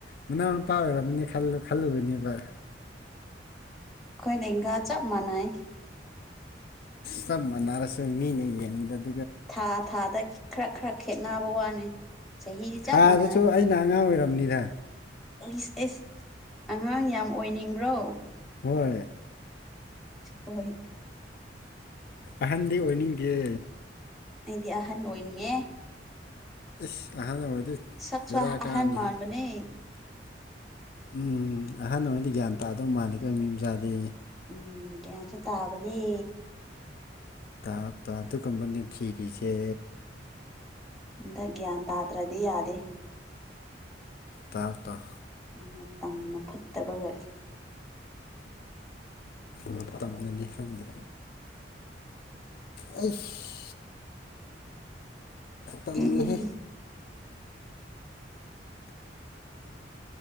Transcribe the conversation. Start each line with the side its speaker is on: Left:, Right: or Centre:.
Left: ꯃꯅꯥꯎ ꯅꯨꯄꯥ ꯑꯣꯏꯔꯝꯃꯅꯤ ꯈꯜꯂ ꯈꯜꯂꯨꯒꯅꯦꯕ
Centre: ꯑꯈꯣꯏ ꯂꯦꯡꯒꯥ ꯆꯞ ꯃꯥꯟꯅꯅꯤ
Left: ꯆꯞ ꯃꯥꯟꯅꯔꯁꯨ ꯃꯤꯅ ꯌꯦꯡꯕꯥꯗꯥꯗꯤ
Centre: ꯊꯥ ꯊꯥꯗ ꯈꯔꯥ ꯈꯔꯥ ꯈꯦꯠꯅꯕ ꯋꯥꯅꯤ ꯆꯍꯤꯗꯤ ꯆꯞ
Left: ꯊꯥꯗꯁꯨ
Centre: ꯃꯥꯟꯅꯩ
Left: ꯑꯩꯅ ꯑꯉꯥꯡ ꯑꯣꯏꯔꯝꯅꯤꯗ
Centre: ꯑꯦꯁ ꯑꯉꯥꯡ ꯌꯥꯝ ꯑꯣꯏꯅꯤꯡꯕ꯭ꯔꯣ
Left: ꯍꯣꯏ
Centre: ꯍꯣꯏ
Left: ꯑꯍꯟꯗꯤ ꯑꯣꯏꯅꯤꯡꯗꯤꯌꯦ
Centre: ꯑꯩꯗꯤ ꯑꯍꯟ ꯑꯣꯏꯅꯤꯡꯉꯦ
Left: ꯏꯁ ꯑꯍꯟ ꯑꯣꯏꯔꯗꯤ
Centre: ꯁꯛꯁꯨ
Left: ꯕꯦꯔꯥ
Centre: ꯑꯍꯟ
Left: ꯀꯥꯅꯤꯍꯦ
Centre: ꯃꯥꯟꯕꯅꯦ
Left: ꯎꯝ ꯑꯍꯥꯟꯑꯣꯏꯗꯤ ꯒ꯭ꯌꯥꯟ ꯇꯥꯗꯧ ꯃꯥꯜꯂꯤꯀꯣ ꯃꯤ ꯃꯆꯥꯗꯤ
Centre: ꯎꯝ ꯒ꯭ꯌꯥꯟꯁꯨ ꯇꯥꯕꯅꯤ
Left: ꯇꯥꯎ ꯇꯥꯎ ꯑꯗꯨꯒꯨꯝꯕꯅꯦ ꯊꯤꯔꯤꯁꯦ
Centre: ꯍꯟꯗꯛ ꯒ꯭ꯌꯥꯟ ꯇꯥꯗ꯭ꯔꯗꯤ ꯌꯥꯗꯦ
Left: ꯇꯥꯎ ꯇꯥꯎ
Centre: ꯃꯇꯝꯅ ꯐꯠꯇꯕꯒ
Left: ꯃꯇꯝꯅꯅꯦ ꯈꯪꯗꯦ ꯑꯩꯁ ꯇꯜꯂꯦꯍꯦ
Centre: ꯎꯝ